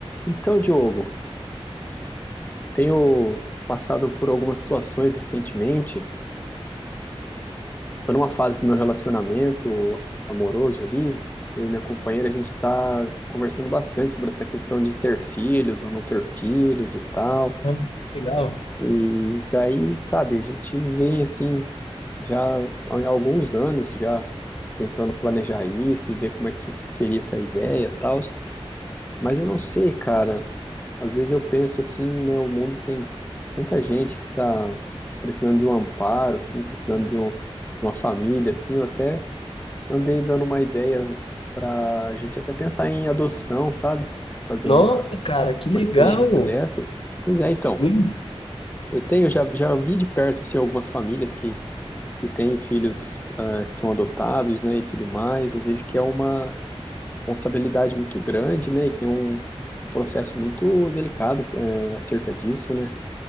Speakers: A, on the left; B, on the left.
A: Então, Diogo, eu tenho passado por algumas situações recentemente. Estou numa fase do meu relacionamento amoroso ali. Eu e minha companheira, a gente está conversando bastante sobre essa questão de ter filhos ou não ter filhos e tal.
B: Ah, Legal.
A: E daí, sabe, a gente vem assim, já há alguns anos já tentando planejar isso e ver como é que fu- que seria essa ideia e tal. Mas eu não sei, cara. Às vezes eu penso assim, né? O mundo tem tanta gente que tá precisando de um amparo, assim, precisando de um, de uma família, assim. Eu até andei dando uma ideia pra gente até pensar em adoção, sabe? Fazer
B: Nossa,
A: uma,
B: cara, que legal!
A: uma experiência dessas. Pois é, então.
B: Sim.
A: Eu tenho, já, já vi de perto, assim, algumas famílias que, que têm filhos, ah, que são adotados, né, e tudo mais. Eu vejo que é uma, responsabilidade muito grande, né? E tem um, um processo muito delicado é, acerca disso, né?